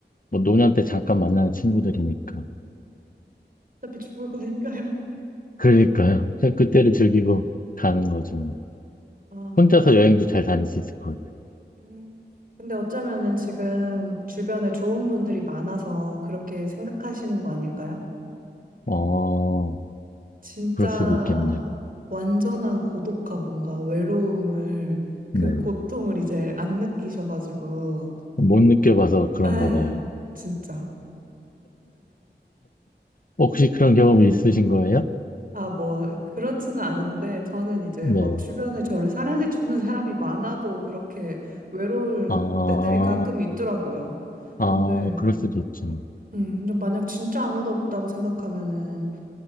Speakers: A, on the left; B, on the right.
A: 뭐 노년 때 잠깐 만나는 친구들이니까.
B: 어차피 죽을 거니까요.
A: 그러니까요. 그냥 그때를 즐기고 가는 거죠.
B: 아.
A: 혼자서 여행도 잘 다닐 수 있을 것 같아요.
B: 음, 근데 어쩌면은 지금 주변에 좋은 분들이 많아서 그렇게 생각하시는 거 아닐까요?
A: 어,
B: 진짜
A: 그럴 수도 있겠네요.
B: 완전한 고독과 뭔가 외로움을
A: 네.
B: 그 고통을 이제 안 느끼셔가지고,
A: 못 느껴봐서 그런가
B: 에,
A: 봐요.
B: 진짜.
A: 혹시 그런 경험이 있으신 거예요?
B: 아, 뭐, 그렇지는 않은데, 저는 이제
A: 네.
B: 막 주변에 저를 사랑해주는 사람이 많아도 그렇게 외로울
A: 아,
B: 때들이 가끔 있더라고요.
A: 아,
B: 근데,
A: 그럴 수도 있죠.
B: 음, 근데 만약 진짜 아무도 없다고 생각하면은,